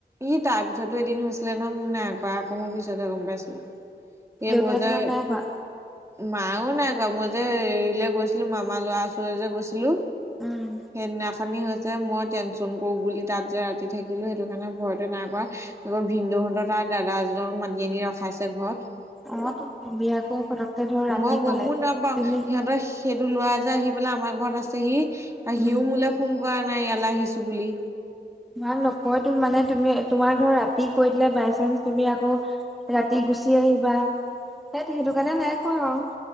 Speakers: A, on the right (about 15°); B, in the centre.
A: ই তাৰ পিছতো এদিন হৈছিলে ন মোক নাই কোৱা আকৌ পিছতহে গম পাইছো। এই
B: দেউতাই
A: মই যে
B: তোমাক নাই কোৱা?
A: মাও নাই কোৱা মই যে এৰিলে গৈছিলো মামাৰ ল'ৰা ওচৰ যে গৈছিলো?
B: উম,
A: সেইদিনাখনি হৈছে মই টেনচন কৰো বুলি তাত যে ৰাতি থাকিলো সেইটো সেইকাৰণে ভয়তে নাই কোৱা আকৌ ভিনদহঁত তাৰ দাদা এজনক মাতি আনি ৰখাইছে ঘৰত।
B: অ তুমি আকৌ পটককে ধৰ ৰাতি
A: মই গমো
B: কলে
A: নাপাওঁ
B: তুমি
A: সিহঁতৰ সেইটো লোৱা যে আহি পেলাই আমাৰ ঘৰত আছেহি আৰু
B: উম,
A: সিও মোলৈ ফোন কৰা নাই ইয়ালৈ আহিছোঁ বুলি।
B: তোমাক নকয়টোন মানে তুমি তোমাক ধৰ ৰাতি কৈ দিলে বাই চানস তুমি আকৌ ৰাতি গুচি আহিবা, সেইট সেইটো কাৰণে নাই কোৱা আৰু।